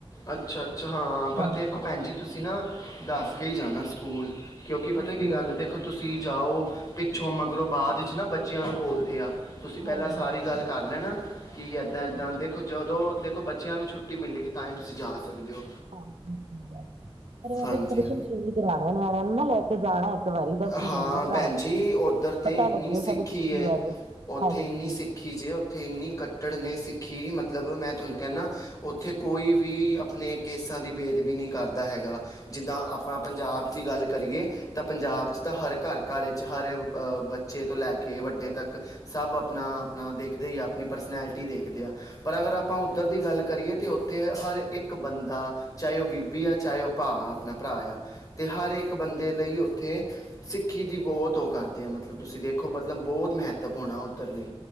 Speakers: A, on the left (about 35°); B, on the right (about 80°).
A: ਅੱਛਾ ਅੱਛਾ, ਹਾਂ ਪਰ
B: ਹਾਂਜੀ
A: ਦੇਖ
B: ਹਾਂ
A: ਭੈਣ ਜੀ ਤੁਸੀਂ ਨਾ ਦੱਸ ਕੇ ਹੀ ਜਾਣਾ ਸਕੂਲ, ਕਿਉਂਕਿ ਪਤਾ
B: ਹਾਂਜੀ
A: ਕੀ
B: ਹਾਂਜੀ
A: ਗੱਲ ਦੇਖੋ ਤੁਸੀਂ ਜਾਓ, ਪਿੱਛੋਂ ਮਗਰੋਂ ਬਾਅਦ ਵਿੱਚ ਨਾ ਬੱਚਿਆਂ ਨੂੰ ਬੋਲਦੇ ਆ ਤੁਸੀਂ ਪਹਿਲਾਂ
B: ਹਾਂਜੀ
A: ਸਾਰੀ
B: ਹਾਂਜੀ
A: ਗੱਲ ਕਰ ਲੈਣਾ, ਕਿ ਇੱਦਾਂ
B: ਹਾਂਜੀ
A: ਇੱਦਾਂ ਦੇਖੋ ਜਦੋਂ ਦੇਖੋ ਬੱਚਿਆਂ ਨੂੰ ਛੁੱਟੀ ਮਿਲੇਗੀ, ਤਾਂ ਹੀ ਤੁਸੀਂ ਜਾ ਸਕਦੇ ਹੋ।
B: ਹਾਂਜੀ, ਸਹੀ ਗੱਲ ਹੈ। ਅਰੇ ਇਹਦੇ
A: ਹਾਂਜੀ
B: ਦਰਸ਼ਨ ਜ਼ਰੂਰ ਕਰਾਣੇ ਨਿਆਣਿਆਂ ਨੂੰ ਨਾ ਲੈ ਕੇ ਜਾਣਾ, ਇੱਕ ਵਾਰੀ ਦਰਸ਼ਨ
A: ਹਾਂ
B: ਜ਼ਰੂਰ ਕਰਾਣੇ
A: ਭੈਣ ਜੀ ਉਧਰ ਤੇ
B: ਪਤਾ
A: ਇੰਨੀ
B: ਲੱਗੇ ਸਾਡੀ ਸਿੱਖੀ
A: ਹੈ
B: ਬਾਰੇ।
A: ਉੱਥੇ
B: ਹਾਂਜੀ
A: ਇੰਨੀ ਸਿੱਖੀ ਜੇ ਉੱਥੇ ਇੰਨੀ ਕੱਟੜ ਨੇ ਸਿੱਖੀ ਮਤਲਬ ਮੈਂ ਤੁਹਾਨੂੰ ਕਹਿੰਦਾ। ਉੱਥੇ ਕੋਈ ਵੀ ਆਪਣੇ ਕੇਸਾਂ ਦੀ ਬੇਦਬੀ ਨਹੀਂ ਕਰਦਾ ਹੈਗਾ। ਜਿੱਦਾਂ ਆਪਾਂ ਪੰਜਾਬ ਦੀ ਗੱਲ ਕਰੀਏ, ਤਾਂ ਪੰਜਾਬ 'ਚ ਤਾਂ ਹਰ ਘਰ-ਘਰ ਹਰ, ਬੱਚੇ ਤੋਂ ਲੈਕੇ ਵੱਡੇ ਤੱਕ ਸਭ ਅਪਨਾ-ਅਪਨਾ ਦੇਖਦੇ ਈ ਆ, ਅਪਨੀ ਪਰਸਨੈਲਟੀ ਦੇਖਦੇ ਆ। ਪਰ, ਅਗਰ ਆਪਾਂ ਉੱਧਰ ਦੀ ਗੱਲ ਕਰੀਏ ਤਾਂ ਉੱਥੇ ਹਰ ਇੱਕ ਬੰਦਾ ਚਾਹੇ ਉਹ ਬੀਬੀ ਆ, ਚਾਹੇ ਉਹ ਭਾ ਆਪਨਾ ਭਰਾ ਯਾਂ, ਤੇ ਹਰ ਇੱਕ ਬੰਦੇ ਲਈ ਉੱਥੇ ਸਿੱਖੀ ਦੀ ਬਹੁਤ ਉਹ ਕਰਦੇ ਆ, ਮਤਲਬ ਤੁਸੀਂ ਦੇਖੋਂ ਮਤਲਬ ਬਹੁਤ ਮਹੈਤਵਪੂਰਣ ਹੋਣਾ ਉੱਧਰ ਲਈ।